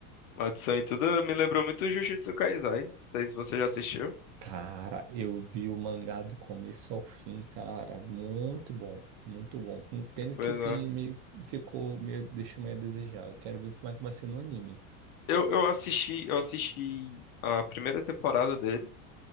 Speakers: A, on the left; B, on the right.
A: Maldição e tudo me lembrou muito Jujutsu Kaisai. Não sei se você já assistiu.
B: Cara, eu vi o mangá do começo ao fim, cara, muito bom, muito bom. Um Pena
A: Eu, fui
B: que o
A: lá.
B: fim meio ficou meio deixou meio a desejar. Eu quero ver como é que vai ser no anime.
A: eu eu assisti, eu assisti a primeira temporada dele.